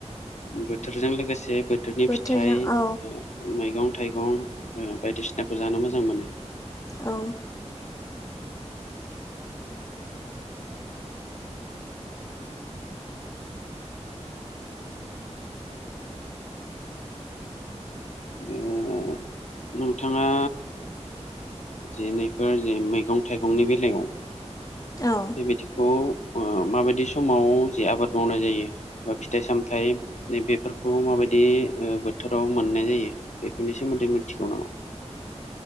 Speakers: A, on the left; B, on the left.
A: बोथोरजों लोगोसे बोथोरनि
B: बोथोरजों
A: फिथाइ।
B: औ
A: ओ मैगं थाइगं ओ बायदिसिनाखौ जानो मोजां मोनो।
B: औ।
A: अ' नोंथाङा जे नैफोर जे मैगं थाइगंनि बेलायाव
B: औ
A: बेबायदिखौ ओ माबायदि समाव जे आबाद मावनाय जायो बा फिथाइ सामथाइ। नै बेफोरखौ माबायदि ओ बोथोराव मोननाय जायो बेफोरनि सोमोन्दै मोनथिगौ नामा?